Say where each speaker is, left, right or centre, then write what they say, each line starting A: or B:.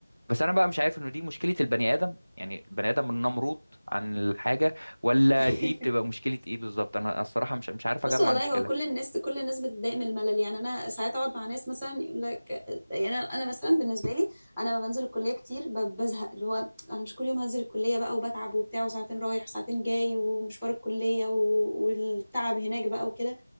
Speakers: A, on the right; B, in the centre.
A: بس انا بقى مش عارف انه دي مشكله البني ادم يعني البني ادم النمرود عن الحاجه ولا
B: <laughs>
A: دي بتبقى مشكله ايه بالظبط انا الصراحه مش مش عارف
B: بص
A: اجمع
B: والله
A: المشكله
B: هو كل الناس كل الناس بتتضايق من الملل يعني انا ساعات اقعد مع ناس مثلا يقول لك يعني انا أنا مثلا بالنسبه لي انا لما بنزل الكليه كتير ب- بزهق اللي هو انا مش كل يوم هنزل الكليه بقى وبتعب وبتاع وساعتين رايح وساعتين جاي ومشوار الكليه و... والتعب هناك بقى وكده